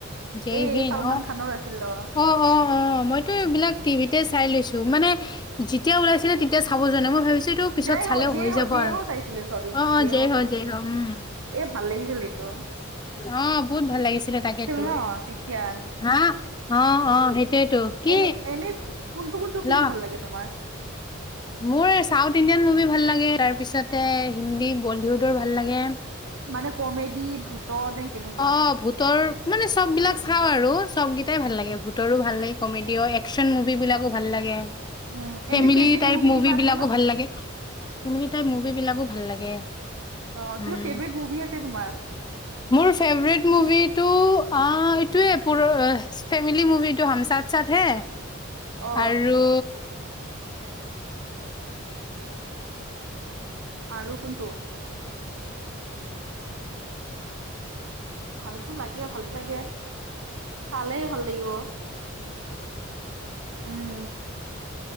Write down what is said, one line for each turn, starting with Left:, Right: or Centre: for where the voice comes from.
Left: জয়
Right: এই
Left: হিন্দ
Right: চলমানখানৰ আছিল অ।
Left: অ, অ, অ। অ মইতো এইবিলাক টিভিতে চাই লৈছো মানে যেতিয়া ওলাইছিলে তেতিয়া চাব যোৱা নাই মই ভাবিছো এইটো পিছত
Right: জয়
Left: চালেও
Right: হো, জয়
Left: হৈ
Right: হো,
Left: যাব
Right: জয়
Left: আৰু
Right: হো চাইছিলো চৰি
Left: অ অ
Right: জয় হো
Left: হ
Right: চাইছিলো।
Left: জয় হ উম
Right: এ ভাল লাগিছিল সেইটো।
Left: অ বহুত ভাল লাগিছিলে তাকে তো
Right: ন তেতিয়া
Left: হা। অ অ সেইটোয়েতো। কি
Right: এনে এনে কোনটো কোনটো ফিল্ম
Left: ল
Right: ভাল লাগে তোমাৰ?
Left: মোৰ চাউথ ইণ্ডিয়ান মুভি ভাল লাগে, তাৰপিছতে হিন্দী বলিউডৰ ভাল লাগে।
Right: মানে কমেডি ভোত ট নে কেনে
Left: অ ভূতৰ মানে চববিলাক চাও আৰু চবকেইটাই ভাল লাগে ভূতৰো ভাল লাগে। কমেডি অ একচন মুভিবিলাকো ভাল লাগে,
Right: উম এনে
Left: ফেমেলি
Right: ফেভৰেট
Left: টাইপ মুভি
Right: কিবা আছে
Left: বিলাকো
Right: ন
Left: ভাল লাগে। ফেমিলি তাইপ মুভিবিলাকো ভাল লাগে।
Right: অ
Left: উম
Right: কিবা ফেভৰেট মুভি আছে তোমাৰ?
Left: মোৰ ফেভৰেট মুভিটো অ এইটোৱে পুৰ ফেমিলি মুভিটো হম চাট চাট হে
Right: অ
Left: আৰু
Right: আৰু কোনটো? ভালতো লাগে ভাল লাগে, চালে ভাল লাগিব। উম'।